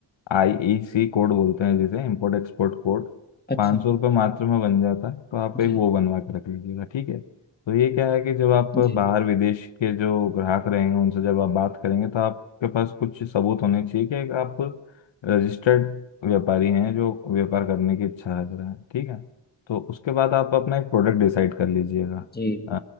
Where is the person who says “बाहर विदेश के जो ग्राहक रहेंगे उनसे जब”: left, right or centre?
Left